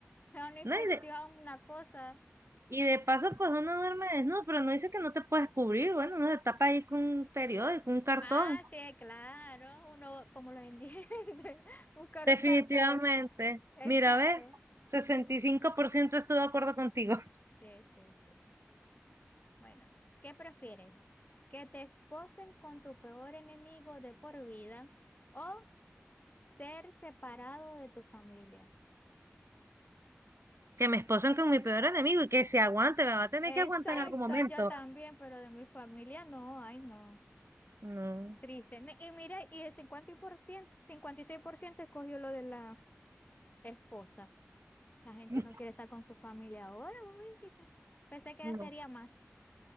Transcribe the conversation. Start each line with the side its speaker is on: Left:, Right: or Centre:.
Left: Es una infección,
Right: No, hay de-
Left: una cosa.
Right: Y de paso, pues uno duerme desnudo, pero no dice que no te puedes cubrir. Bueno, uno se tapa ahí con un periódico, un cartón.
Left: Ah, sí, claro, uno como los indigentes, <laughs> buscar
Right: Definitivamente.
Left: un cartón. Exacto.
Right: Mira, ves, 65% estoy de acuerdo contigo. <laughs>
Left: Sí, sí, sí. Bueno, ¿qué prefieres? ¿Que te esposen con tu peor enemigo de por vida o ser separado de tu familia?
Right: Que me esposen con mi peor enemigo y que se aguante, me va a tener
Left: Exacto,
Right: que aguantar en algún momento.
Left: yo también, pero de mi familia no, ay no,
Right: No,
Left: triste. Ne- Y mira, y el cincuenta por ciento cincuenta y seis por ciento escogió lo de la esposa. La gente
Right: <laughs>
Left: no quiere estar con su familia ahora, uy, chica. Pensé que
Right: no.
Left: sería más.